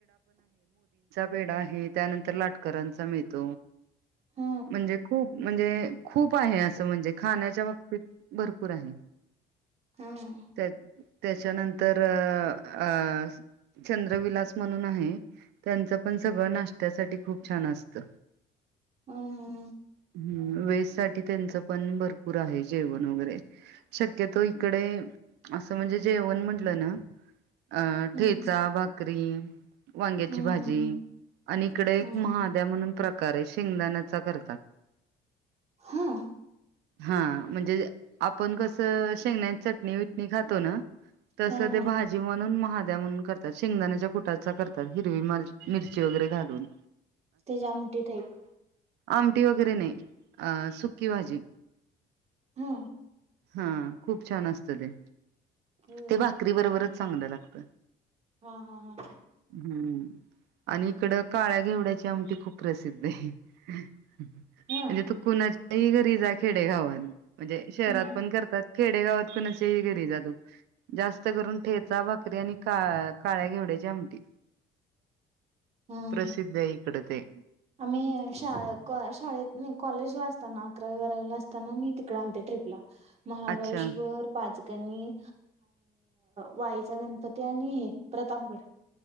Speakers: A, on the right (about 80°); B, on the right (about 40°).
A: पेड आहे त्यानंतर लाटकरांचा म त
B: हा
A: म्हणजे खूप म्हणजे खूप आहे असं म्हणजे खाण्याच्या बाबतीत भरपूर आहे.
B: हम्म.
A: त्या त्याच्यानंतर अ चंद्रविलास म्हणून आहे. त्यांच पण सगळं नाश्त्यासाठी खूप छान असत.
B: हम्म.
A: हम्म वे सा त्यांच पण भरपूर आहे जेवण वगैरे शक्यतो इकडे असं म्हणजे जेवण म्हंटलं ना अ
B: हम्म
A: ठेचा बाकरी त्रीम वांग्याची
B: हम्म
A: भाजी आणि इकडे एक
B: हम्म
A: महाद्या म्हणून प्र प्रकारे शेंगदाणाचा करतात.
B: हां
A: हा म्हणजे आपण कस शेंग चटणीटणी खातो ना तस
B: हा
A: ते
B: हा
A: भाजी म्हणून महाद्या म्हणून करतात शेंगदान्याच्या कुटाचा करतात हिरवी मिरची वगैरे घालून
B: ते जामटे टाईप
A: आमटठी नाही सुकी भाजी
B: हा
A: हा खूप छान असत ते
B: हा
A: ते भाकरी बरोबरच चांगलं लागत
B: हा हा
A: हम्म आणि इकडं काळ्या घेवड्याची आमटी खूप प्रसिद्ध हाय. म्हणजे
B: हा
A: तू कुणा त्री घरी जाईल. खेडेगावात म्हणजे शहरात
B: हम्म
A: पण करतात, खेडेगावात कुणाच्या ही घरी जा तू जास्त करून ठेचा भा करी आणि का काळ्या घेवड्याचीं आमटी.
B: हम्म
A: प्रसिद्ध हयं. कडं ते
B: आम्ही शा शाळेत नाई, कॉलेजला असताना, अकरावी बारावीला असताना मी तिकडे आलते ट्र्रीपला. महाबळेश्वर,
A: अच्छा
B: पाच आणि वाईचा गणपती आणि अ प्रतापगड.